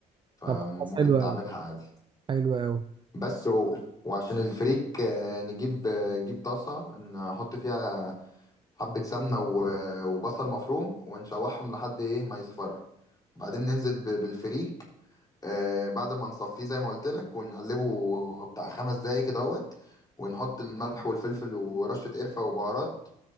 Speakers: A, on the left; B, on the right.
A: فممكن
B: طب خلاص حلو قوي
A: تعملها عادي
B: حلو قوي
A: بس و... وعشان الفريك آه، نجيب آه، نجيب طاسه نحط فيها حبه سمنه و- وبصل مفروم ونشوحهم لحد ايه ما يصفر وبعدين ننزل ب- بالفريك آه بعد ما نصفيه زي ما قلت لك ونقلبه بتاع خمس دقايق كده اهوت ونحط الملح والفلفل ورشة قرفة وبهارات